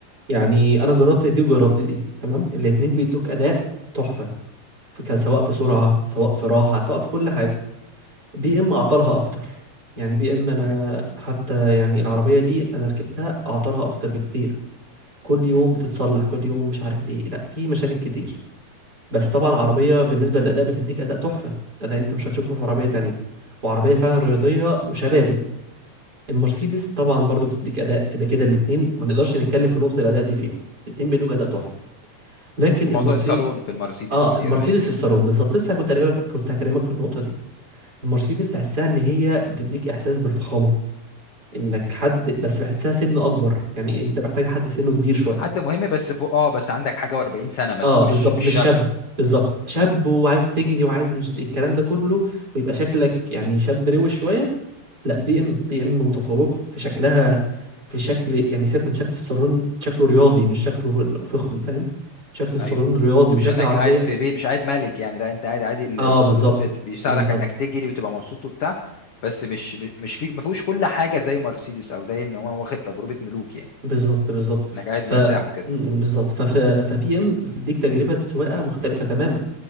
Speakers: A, on the right (about 25°); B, on the left (about 55°).
A: يعني انا جربت دي وجربت دي تمام الاتنين بيدوك اداء تحفه في- ك- سواء في سرعة سواء في راحة سواء في كل حاجة بي
B: مم.
A: ام اعطالها اكتر يعني بي ام انا
B: مم.
A: حتى يعني العربية دي انا ركبتها اعطالها اكتر بكتير كل يوم
B: مم.
A: بتتصلح كل يوم مش عارف ايه لا في مشاكل كتير بس طبعا عربية بالنسبة للأداء بتديك أداء تحفة أداء أنت مش هتشوفه في عربية تانية وعربية فعلا رياضية وشبابي المرسيدس طبعا برضو بتديك أداء كده كده الاتنين ما نقدرش نتكلم في نقطة الأداء دي فيهم الاتنين بيدوك أداء تحفة لكن
B: وموضوع
A: المرسيدس
B: الصالون في المرسيدس
A: اه
B: قول
A: المرسيدس
B: لي ايه رايك فيه
A: الصالون بالظبط لسه كنت هكلمك كنت هكلمك في النقطة دي المرسيدس تحسها ان هي بتديك احساس بالفخامه انك
B: مم.
A: حد بس بحسها سن اكبر يعني انت محتاج حد سنه كبير شويه
B: حد مهم بس فوق اه بس عندك حاجه و40 سنه مثلا
A: اه
B: مش
A: بالظبط
B: مش
A: مش
B: شاب
A: شاب بالظبط شاب
B: مم.
A: وعايز تجري وعايز مش الكلام ده كله ويبقى شكلك يعني شاب روش شويه لا بي ام بي ام متفوقه في شكلها في شكل يعني سيبك من شكل الصالون شكله رياضي مش شكله فخم فاهم شكل الصالون
B: ايوه
A: رياضي وشكل
B: مش انك
A: العربيه
B: قاعد في بيت مش قاعد ملك يعني لا انت قاعد عادي الصالون
A: اه بالظبط
B: بت- بيساعدك
A: بالظبط
B: انك تجري وتبقى مبسوط وبتاع بس مش مش في ما فيهوش كل حاجه زي مرسيدس او زي ان هو واخد تجربه ملوك يعني
A: بالظبط بالظبط
B: انك قاعد
A: ف
B: مرتاح وكده
A: م- بالظبط ف فبي ام بتديك تجربه سواقه مختلفه تماما